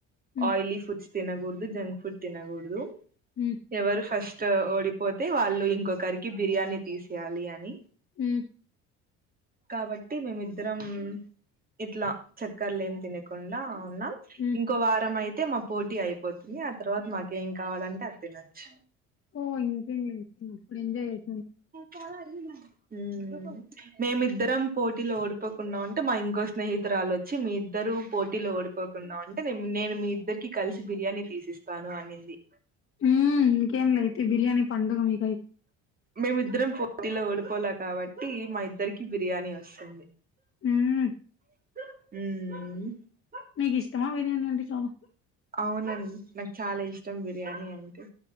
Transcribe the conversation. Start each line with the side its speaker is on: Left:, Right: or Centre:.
Left: మ్
Right: ఆయిలీ ఫుడ్స్ తినకూడదు జంక్ ఫుడ్ తినకూడదు
Left: మ్
Right: ఎవరు ఫస్ట్ ఓడిపోతే వాళ్ళు ఇంకొకరికి బిర్యానీ తీసేయాలి అని
Left: ఉ
Right: కాబట్టి మేమిద్దరం ఇట్లా చక్కర్లు ఏం తినకుండా న్నా
Left: మ్
Right: ఇంకో వారం అయితే మా పోటీ అయిపోతుంది ఆ తర్వాత మాకేం కావాలంటే అ తినొచ్చు
Left: ఓ ఇంకా ఏంలే అయితే అప్పుడు ఎంజయ్ అయి
Right: చాల అ మ మేమిద్దరం పోటీలో ఓడిపోకుండాం అంటే మా ఇంకో స్నేహితురాలు వచ్చి మీ ఇద్దరు పోటీలో ఓడిపోకుండా ఉంటే నేను మీ ఇద్దరికి కలిసి బిర్యానీ తీసిస్తాను అనింది
Left: మ్ ఇంకేంలే అయితే బిర్యానీి పండుగ మీ
Right: మేమిద్దరం పోటీలో ఓడిపోలే కాబట్టి మా ఇద్దరికి బిర్యానీ వస్తుంది
Left: మ్
Right: మ్
Left: నీకు ఇష్టమా బిర్యానీ అండి చాలా
Right: అవునంన్ నాకు చాలా ఇష్టం బిర్యానీ అంటే